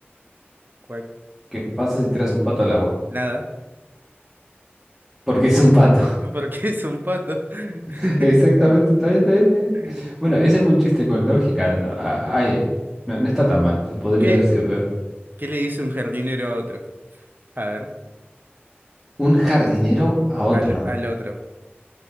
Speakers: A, on the right; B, in the centre.
A: Cuac.
B: ¿Qué pasa si tiras un pato al agua?
A: Nada,
B: Porque es un pato.
A: <laughs> porque es un pato. <laughs>
B: <laughs> Exactamente, está bien, está bien, está bien.
A: <coughs>
B: Bueno, ese fue un chiste con lógica. a- Ay, eh, no, no está tan mal. Podría
A: ¿Qué,
B: haber sido peor.
A: qué le dice un jardinero a otro? A ver,
B: Un jardinero a otro.
A: al, al otro.